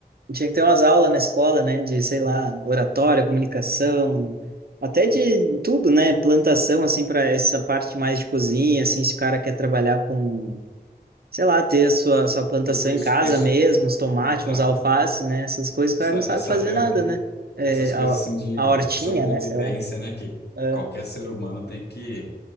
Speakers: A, on the right; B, on the left.
A: tinha que ter umas aulas na escola, né? De, sei lá, oratória, comunicação, até de tudo, né? Plantação, assim, para essa parte mais de cozinha, assim, se o cara quer trabalhar com, sei lá, ter a sua, sua plantação
B: Tipo, isso,
A: em casa
B: isso,
A: mesmo, os tomates,
B: não tá.
A: os alface, né? Essas coisas que
B: Sa-
A: o cara não sabe
B: saber
A: fazer nada,
B: o que
A: né? É,
B: essas coisas
A: a,
B: assim de
A: a hortinha,
B: sobrevivência,
A: né? Sei lá.
B: né, que
A: Ah,
B: qualquer ser humano tem que